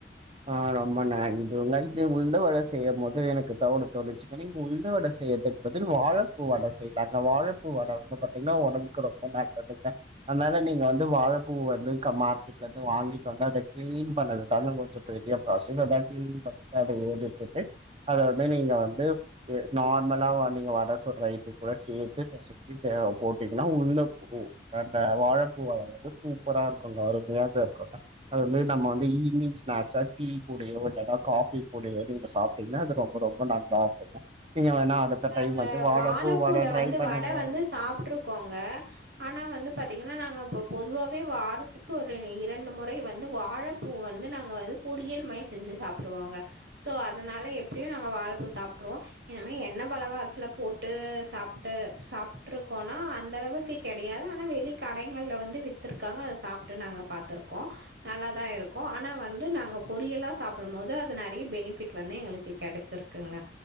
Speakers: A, on the right (about 35°); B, on the right (about 65°).
A: அ ரொம்ப ந இது உங்க இது உழுந்தவட செய்ய போது எனக்கு தவண தோணுச்சு எனக் உள்ந்தவட செய்யறதுக்கு பதில் வாழபூ வட செய்யலா அந்த வாழப்பூ வட வந்து பாத்தீங்கன்னா ஒடம்புக்கு ரொம்ப நல் கண்டிப்பா அதனால நீங்க வந் து வாழப்பூ வந்து க மார்கெட்ல இருந்து வாங்கிட்டு வந்து அத கிளீன் பண்ணது தாங்க கொஞ்சோ பெரிய ப்ராஸஸ் அத கிளீன் பண்ணி அத எடுத்துட்டு அத வந்து நீங்க வந்து நார்மலா நீங்க வட சுட்ற இது கூட சேத்து பெசை ச்சு போட்டீங்கன்னா உள்ள போ அந்த வாழப்பூ வட வந்து சூப்பரா இருக்குங்க அருமையாக இருக்கு அத வந்து நம்ம வந்து ஈவினிங்ஸ் ஸ்நாக்ஸா டீ கூடயோ இல்லன காபி கூடையோ நீங்க சாப்ட்டீங்கன்னா அது ரொம்ப ரொம்ப நல்லா இருக்குங்க நீங்க வேணா அடுத்த
B: நாங்க
A: டைம் வந்து வாழப்பூ
B: வாழப்பூல
A: வட ட்ரை
B: வந்து
A: பண்ணுங்க
B: வட வந்து சாப்ட்ருக்கோங்க ஆனா வந்து பாத்தீங்கன்னா நாங்க இப்ப பொதுவாவே வாரத்துக்கு ஒரு இரண்டு முறை வந்து வாழ பூ வந்து நாங்க வந்து பொரியல் மாயி செஞ்சு சாப்பிடுவாங்க சோ அதனால எப்புடியு நாங்க வாழப்பூ சாப்ட்ருவோ இந்த மயி எண்ண பலகாரத்துல போட்டு சாப்டு சாப்ட்டுருக்கோனா அந்த அளவுக்கு கிடையாது ஆனா வெளி கடைங்கள்ல வந்து வித்திருக்காங்க அத சாப்ட்டு நாங்க பாத்துருக்கோ நல்லாதா இருக்கு ஆனா வந்து நாங்க பொரியலா சாப்பிடும் போது அது நெறைய பெனிபிட் வந்து எங்களுக்கு கெட ச்சுருக்குங்க